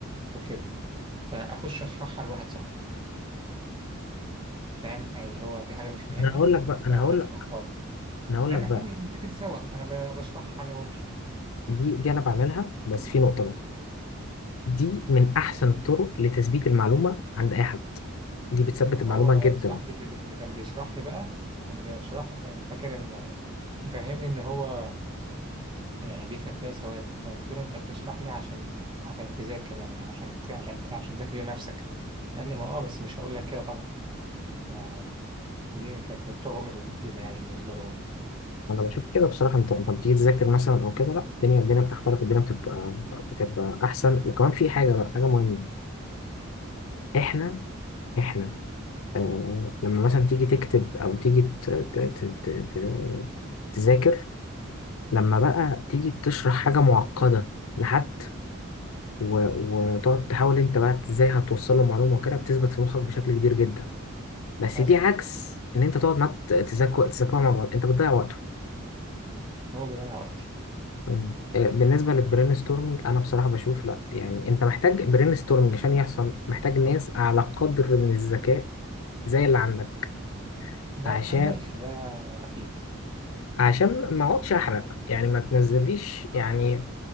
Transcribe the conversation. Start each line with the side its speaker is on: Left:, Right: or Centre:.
Right: وكده فاخش اشرحها لواحد صاحبي فاهم يعني هو في حاجة مش فاهمها
Left: انا هقول لك بقى
Right: فأشرحها
Left: انا هقول لك
Right: له
Left: انا هقول
Right: ده
Left: لك بقى
Right: إحنا مش بنذاكر سوا أنا ب- بشرح له حاجة هو مش فاهمها
Left: دي دي انا بعملها بس في نقطه بقى دي من احسن الطرق لتثبيت المعلومه عند اي حد دي بتثبت
Right: ما
Left: المعلومه
Right: هو
Left: جدا
Right: صاحبي اللي, بي- اللي كان بيشرح لي بقى كان بيشرح لي كان فاكر إن مفهمني إن هو يعني بيكسب فيها ثواب فقلت له أنت بتشرح لي عشان عشان تذاكر يعني عشان ت- عشان ت- عشان تذاكر لنفسك قال لي ما أه بس مش هقول لك كده طبعا آه، دي كانت من الطرق المفيدة يعني بالنسبة له هو
Left: انا بشوف كده بصراحه انت انت بتيجي تذاكر مثلا او كده لا الدنيا الدنيا بتختلف الدنيا بتبقى بتبقى احسن وكمان في حاجه بقى حاجه مهمه احنا احنا آه لما مثلا تيجي تكتب او تيجي ت- ت- ت- ت- ت- تذاكر لما بقى تيجي تشرح حاجه معقده لحد و- وتقعد تحاول انت بقى ازاي هتوصل له معلومه وكده بتثبت في مخك بشكل كبير جدا بس
Right: بس
Left: دي عكس ان انت تقعد معاه تذاكر تذاكر مع بعض انت بتضيع وقته
Right: هو بيضيع وقتي
Left: مم. آه، بالنسبه للبرين ستورمنج انا بصراحه بشوف لا يعني انت محتاج برين ستورمنج عشان يحصل محتاج ناس على قدر من الذكاء زي اللي عندك
Right: ما-
Left: عشان
Right: ماشي ده أكيد
Left: عشان ما اقعدش احرق يعني ما تنزليش يعني